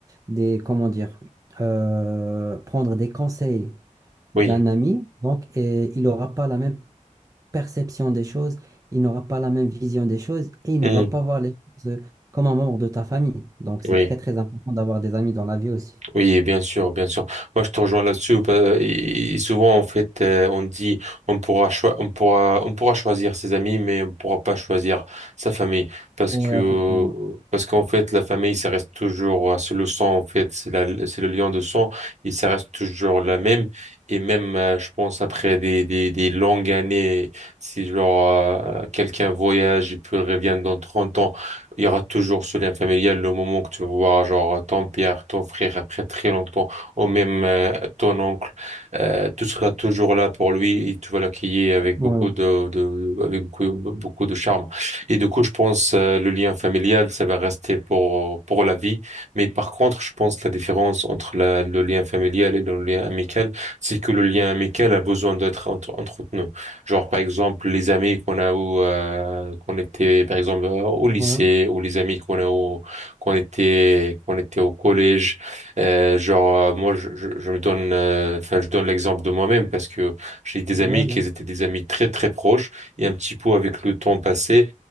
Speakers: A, on the right; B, on the right.
A: des, comment dire, euh, prendre des conseils
B: Oui.
A: d'un ami, donc et il n'aura pas la même perception des choses, il n'aura pas la même vision des choses et il
B: Mhm.
A: ne va pas voir les choses euh, comme un membre de ta famille. Donc c'est
B: Oui.
A: très très important d'avoir des amis dans la vie aussi.
B: Oui, bien sûr, bien sûr. Moi, je te rejoins là-dessus. bah, Et et souvent, en fait, euh, on dit on pourra choi- on pourra on pourra choisir ses amis, mais on pourra pas choisir sa famille parce
A: Oui,
B: que
A: effectivement.
B: euh, parce qu'en fait, la famille, ça reste toujours euh, c'est le sang en fait, c'est la c'est le lien de sang et ça reste toujours la même. Et même, euh, je pense après des des des longues années, si genre euh, quelqu'un voyage et puis revient dans 30 ans. Il y aura toujours ce lien familial, le moment que tu vas voir, genre, euh, ton père, ton frère, après très longtemps, ou même euh, ton oncle, euh, tu seras toujours là pour lui et tu vas l'accueillir avec
A: Ouais,
B: beaucoup de, de, avec beaucoup, beaucoup de charme. Et du coup, je pense, euh, le lien familial, ça va rester pour, pour la vie. Mais par contre, je pense la différence entre la, le lien familial et le lien amical, c'est que le lien amical a besoin d'être entre- entretenu. Genre, par exemple, les amis qu'on a au, euh, qu'on était, par exemple, euh, au lycée,
A: ouais,
B: ou les amis qu'on a au, qu'on était, qu'on était au collège. Euh, genre, euh, moi, je, je, je me donne, euh, enfin, je donne l'exemple de moi-même parce que j'ai des
A: ouais,
B: amis
A: ouais.
B: qui étaient des amis très, très proches et un petit peu avec le temps passé.